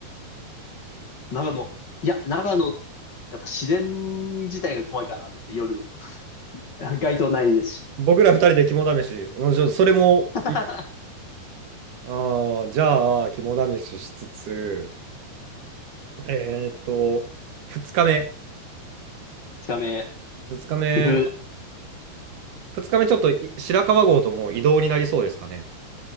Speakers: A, on the left; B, on the right.
A: <laughs> 長野。いや、長野、やっぱ自然自体が怖いかなと思って、夜の。<laughs> 街灯ないですし。
B: 僕ら2人で肝試し。まあちょっとそれもい
A: <laughs>
B: ああ、じゃあ、肝試ししつつ、えーっと、2日目。
A: 二日目、
B: 2日目、
A: 岐阜。
B: 2日目ちょっとい白川郷ともう移動になりそうですかね。